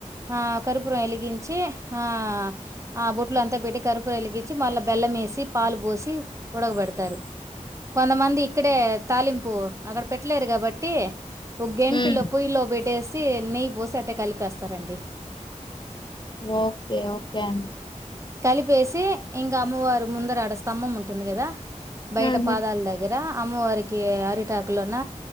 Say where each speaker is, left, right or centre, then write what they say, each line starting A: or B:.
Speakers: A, on the right; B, on the left.
A: ఆ కర్పూరం వెలిగించి.. ఆ.. ఆ బొట్లు అంతా పెట్టి కర్పూర వెలిగించి మళ్ళా బెల్లం వేసి, పాలు పోసి ఉడగబెడతం. తారు, కొంతమంది ఇక్కడే తాలింపు అక్కడ పెట్టలేరు కాబట్టి. ఒక గంటిలో
B: ఉమ్
A: పొయ్యలో పెట్టేసి. తే నెయ్యి పోసి అట్టే కలిపేస్తారండి.
B: Okay.. okay. అండి.
A: కలిపేసి, ఇంకా అమ్మవారు ముందర ఆడ స్తంభం ఉంటుంది కదా. బయట
B: ఉహు
A: పాదాల దగ్గర. అమ్మవారికి అరిటాకులోన్న